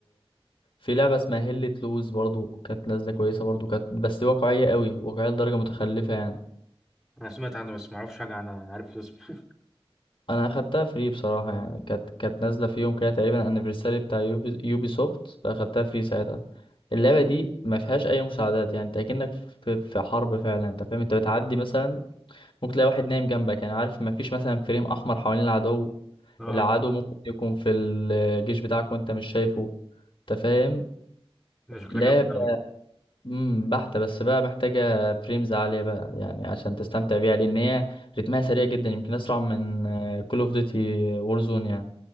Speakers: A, on the left; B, in the centre.
A: في لعبة اسمها هيلة لوز برضو كانت نازلة كويسة برضو كانت بس واقعية قوي واقعية لدرجة متخلفة يعني
B: أنا سمعت عنه بس معرفش حاجة عنها أنا عارف الاسم <laughs>
A: انا اخدتها فري بصراحة يعني كانت كانت نازلة في يوم كده تقريبا انيفرساري بتاع يوبي, يوبي سوفت فاخدتها فري ساعتها اللعبة دي ما فيهاش اي مساعدات يعني انت اكنك في, في حرب فعلا انت فاهم انت بتعدي مثلا ممكن تلاقي واحد نايم جنبك يعني عارف ما فيش مثلا فريم احمر حوالين العدو
B: اه
A: العدو ممكن يكون في الجيش بتاعك وانت مش شايفه انت فاهم
B: ده شكلها
A: لا
B: جامدة أوي
A: امم بحتة بس بقى محتاجة فريمز عالية بقى يعني عشان تستمتع بيها لأن هي رتمها سريع جدا يمكن أسرع من كول اوف ديوتي وورزون يعني